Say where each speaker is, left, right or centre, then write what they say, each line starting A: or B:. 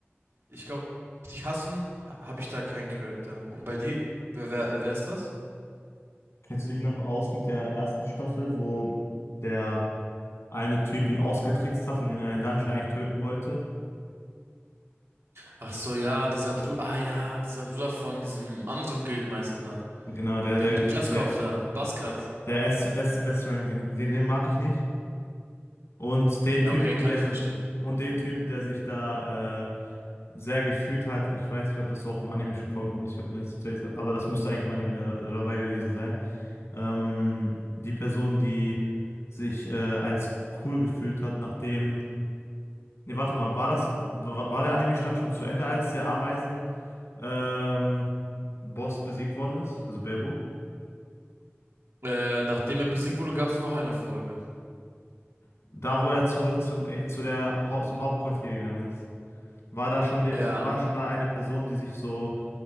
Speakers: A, on the right; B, on the left.
A: Ich glaube, richtig hassen ha- habe ich da keinen Charakter. Und bei dir? Wer, wer, äh, wer ist das?
B: Kennst du dich noch aus mit der ersten Staffel, wo der eine Typ ihn ausgetrickst hat und ihn in einen Dungeon eigentlich töten wollte?
A: Ach so, ja, dieser Bruder. Ah ja, dieser Bruder von diesem anderen Gildenmeister da.
B: Genau, der,
A: Der
B: der,
A: mit dem Glatzkopf
B: der,
A: da.
B: ja,
A: Baskat.
B: der S, S, S-Ring, den, den, den mag ich nicht. Und den
A: Ja,
B: Typen,
A: okay, kann
B: der,
A: ich verstehen.
B: und den Typen, der sich da äh, sehr gefühlt hat. Ich weiß nicht, ob das auch im Anime schon vorgekommen ist. Ich habe mir das tatsächlich, aber das müsste eigentlich im Anime da, dabei gewesen sein. Ähm, die Person, die sich äh, als cool gefühlt hat, nachdem. Ne, warte mal, war das, war, war der Anime-Stand schon zu Ende, als der Ameisen ähm, Boss besiegt worden ist, also Beru?
A: Äh, nachdem er besiegt wurde, gab es noch eine Folge.
B: Da, wo er zurück zum, äh, zu der, Hau- zum Hauptquartier gegangen ist. War da schon, die,
A: Ja.
B: war schon da eine Person, die sich so